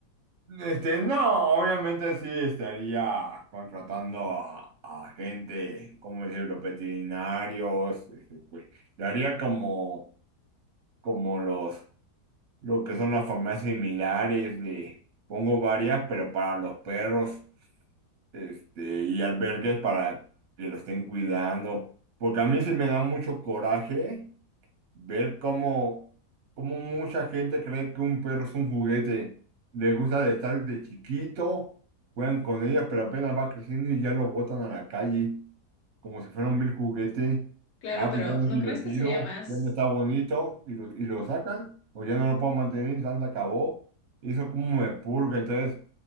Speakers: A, on the right; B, on the left.
A: Este, no, obviamente sí estaría contratando a, a gente, como decirlo, veterinarios, este, pues, le haría como, como los lo que son las farmacias similares, de, pongo varias, pero para los perros, este, y albergues para que lo estén cuidando. Porque a mí sí me da mucho coraje ver cómo, cómo mucha gente cree que un perro es un juguete. Le gusta de estar de chiquito, juegan con ellos, pero apenas va creciendo y ya lo botan a la calle como si fuera un vil juguete.
B: Claro,
A: Ah,
B: pero
A: pues ya no es
B: ¿no
A: divertido,
B: crees que sería más,
A: ya no está bonito, y lo, y lo sacan, o ya no lo puedo mantener, y ya se acabó. eso como me purga, entonces